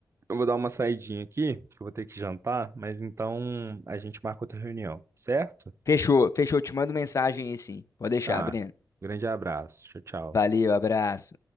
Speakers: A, on the right; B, on the left.
A: eu vou dar uma saidinha aqui, que eu vou ter que jantar, mas então a gente marca outra reunião, certo?
B: Fechou, fechou. Te mando mensagem aí sim. Pode deixar,
A: Tá.
B: Breno.
A: Grande abraço. Tchau,
B: Valeu,
A: tchau.
B: abraço.